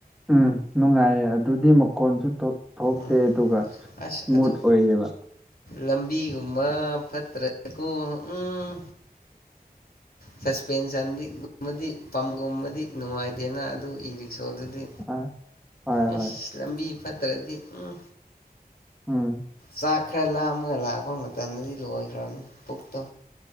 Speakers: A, in the centre; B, on the left (about 65°).
A: ꯎꯝ ꯅꯨꯡꯉꯥꯏꯌꯦ ꯑꯗꯨꯗꯤ ꯃꯈꯣꯟꯁꯨ ꯊꯣꯛꯇꯦ
B: ꯎꯝ
A: ꯑꯗꯨꯒ
B: ꯑꯁ
A: ꯏꯁꯃꯨꯠ
B: ꯑꯗꯨ
A: ꯑꯣꯏꯌꯦꯕ
B: ꯂꯝꯕꯤꯒꯨꯝꯕ ꯐꯠꯇ꯭ꯔꯀꯣ ꯎꯝ ꯁꯁꯄꯦꯟꯁꯗꯤ ꯑꯃꯗꯤ ꯄꯝꯒꯨꯝꯕꯗꯤ ꯅꯨꯡꯉꯥꯏꯇꯦꯅ ꯑꯗꯨ ꯏ ꯔꯤꯛꯁꯣꯗꯨꯗꯤ
A: ꯑ ꯍꯣꯏ
B: ꯑꯁ
A: ꯍꯣꯏ
B: ꯂꯝꯕꯤ ꯐꯠꯇ꯭ꯔꯗꯤ ꯎꯝ
A: ꯎꯝ
B: ꯆꯥꯛ ꯈꯔ ꯂꯥꯝꯃꯒ ꯂꯥꯛꯄ ꯃꯇꯝꯗꯗꯤ ꯂꯣꯏꯈ꯭ꯔꯕꯅꯤ ꯄꯨꯛꯇꯣ